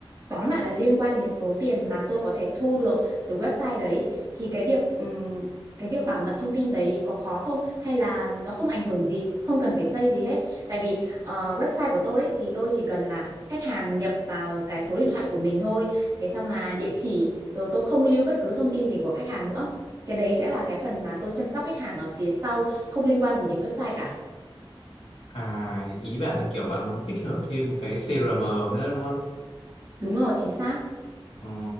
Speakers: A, on the right; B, on the left.
A: tóm lại là liên quan đến số tiền mà tôi có thể thu được từ website đấy thì cái việc ừm, cái việc bảo mật thông tin đấy có khó không hay là nó không ảnh hưởng gì không cần phải xây gì hết tại vì ờ, website của tôi ấy, thì tôi chỉ cần là khách hàng nhập vào cái số điện thoại của mình thôi thế xong là địa chỉ rồi tôi không lưu bất cứ thông tin gì của khách hàng nữa cái đấy sẽ là cái phần mà tôi chăm sóc khách hàng ở phía sau, không liên quan gì đến website cả.
B: à ý bạn là kiểu bạn muốn tích hợp thêm một cái CRM nữa đúng không
A: Đúng rồi, chính xác.
B: ừ,